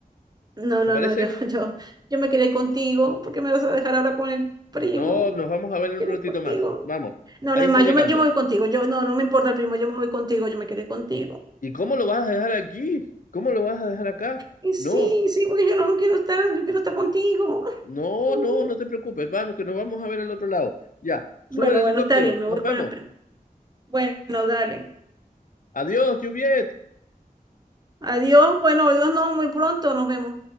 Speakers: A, on the right (about 25°); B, on the left (about 60°).
A: No,
B: ¿Te
A: no,
B: parece?
A: no, yo, <laughs> yo, yo me quedé contigo. porque me vas a dejar ahora con el primo?
B: No, nos
A: No,
B: vamos a
A: yo
B: ver
A: me
B: en
A: quedé
B: un ratito
A: contigo.
B: más. Vamos,
A: No,
B: ahí
A: no, es
B: está
A: más,
B: llegando.
A: yo me, yo me voy contigo. Yo, no, no me importa el primo, yo me voy contigo, yo me quedé contigo.
B: ¿Y cómo lo vas a dejar aquí? ¿Cómo lo vas a dejar acá?
A: Y sí,
B: No,
A: sí, porque yo no quiero estar, yo quiero estar contigo.
B: no,
A: <laughs>
B: no, no te preocupes. Vamos, que nos vamos a ver al otro lado. Ya, sube
A: Bueno,
B: el helicóptero.
A: bueno, está bien, me
B: Nos
A: voy
B: vemos.
A: con el primo. Bueno, dale.
B: Adiós, Juviet.
A: Adiós. Bueno, adiós, no, muy pronto nos vemos.